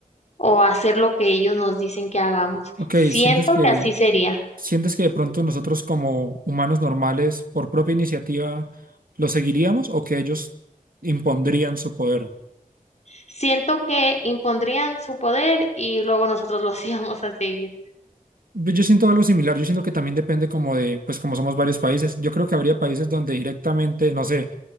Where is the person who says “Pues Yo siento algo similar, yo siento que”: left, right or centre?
Right